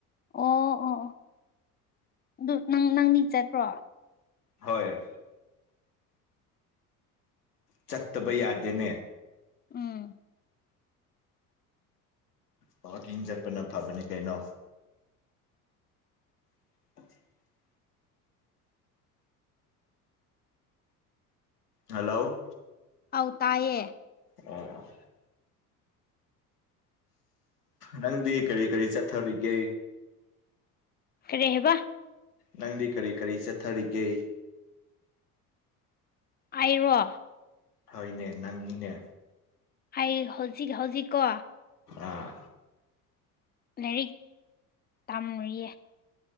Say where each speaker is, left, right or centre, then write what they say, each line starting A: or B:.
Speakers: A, on the left; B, on the left.
A: ꯑꯣ ꯑꯣ ꯑꯣ ꯑꯗꯨ ꯅꯪ ꯅꯪꯗꯤ ꯆꯠꯇ꯭ꯔꯣ
B: ꯍꯣꯏ ꯆꯠꯇꯕꯩ ꯌꯥꯗꯦꯅꯦ
A: ꯎꯝ
B: ꯋꯥꯀꯤꯡ ꯆꯠꯄꯅ ꯐꯕꯅꯦ ꯀꯩꯅꯣ <inaudible> ꯍꯜꯂꯣ
A: ꯑ ꯇꯌꯦ
B: ꯑ ꯅꯪꯗꯤ ꯀꯔꯤ ꯀꯔꯤ ꯆꯠꯊꯔꯤꯒꯦ
A: ꯀꯔꯤꯦꯍꯕ
B: ꯅꯪꯗꯤ ꯀꯔꯤ ꯀꯔꯤ ꯆꯠꯊꯔꯤꯒꯦ
A: ꯑꯔꯣ
B: ꯍꯣꯏꯅꯦ ꯅꯪꯅꯤꯅꯦ
A: ꯑꯩ ꯍꯧꯖꯤꯛ ꯍꯧꯖꯤꯛ ꯀꯣ
B: ꯑꯥ
A: ꯂꯥꯏꯔꯤꯛ ꯇꯝꯔꯨꯌꯦ